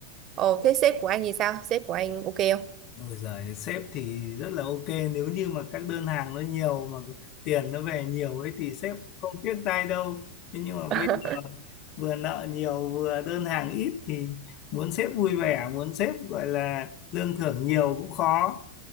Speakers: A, on the right; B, on the left.
A: ồ thế sếp của anh thì sao sếp của anh ok không
B: Ôi giời, sếp thì rất là ok nếu như mà các đơn hàng nó nhiều mà tiền nó về nhiều ấy thì sếp không tiếc tay đâu thế nhưng mà
A: <laughs>
B: bây giờ vừa nợ nhiều vừa đơn hàng ít thì muốn sếp vui vẻ muốn sếp gọi là lương thưởng nhiều cũng khó